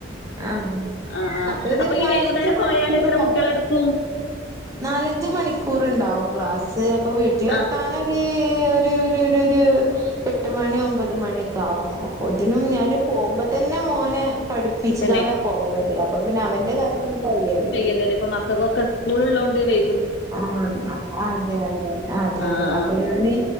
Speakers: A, on the right; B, on the left.
A: ആഹ്
B: ആഹ് ആഹ്
A: അപ്പൊ ഒരു നാലഞ്ച്
B: ഈ വൈകുന്നേരം
A: മണിക്കൂറ്
B: പോയാൽ എത്ര
A: വർക്ക്
B: കുട്ടികളെ എടുക്കും
A: നാലഞ്ച് മണിക്കൂറ്ണ്ടാവും ക്ലാസ് അപ്പൊ വീട്ടിലെത്താനൊര്
B: ആഹ്
A: ഏഹ് ഒര് ഒര് ഒര് ഒര് എട്ട് മണി ഒമ്പത് മണി ഒക്കാവും. അപ്പോതിനും ഞാന് പോവുമ്പതന്നെ മോന് പഠിപ്പിച്ച്കാണ്ടാ
B: തന്നെ
A: പോവല് അപ്പം പിന്നെ അവന്റെ കാര്യം കഴിയൊല്ലോ
B: ല്ലല്ല ഇപ്പം മ ക്കൊക്കെ സ്കൂള് ള്ളോണ്ട് വൈ
A: ആണേ അതെ അതെ അതെ
B: ആഹ്
A: അതെ അപ്പൊ
B: ആഹ്
A: ഞാന്